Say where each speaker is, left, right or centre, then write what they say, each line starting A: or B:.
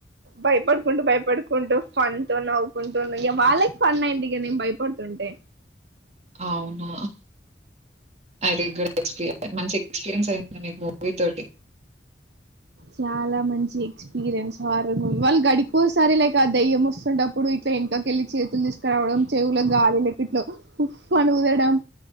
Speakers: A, on the right; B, on the right.
A: భయపడుకుంటూ భయపడుకుంటూ ఫన్ తో నవ్వుకుంటూ ఇక వాళ్ళకి ఫన్ అయ్యింది ఇగా నేను భయపడుతుంటే
B: అవునా అరె గుడ్ ఎక్స్ మంచి ఎక్స్పీరియన్స్ అయింది మీకు మూవీ తోటి
A: చాలా మంచి ఎక్స్పీరియన్స్ వాళ్ళు గడికోసారి లైక్ ఆ దయ్యం వస్తుంటప్పుడు ఇట్లా వెనకకెళ్ళి చేతులు తీసుకురావడం చెవుల గాలి లెక్క ఇట్లా ఉఫ్ ఉని ఉదడం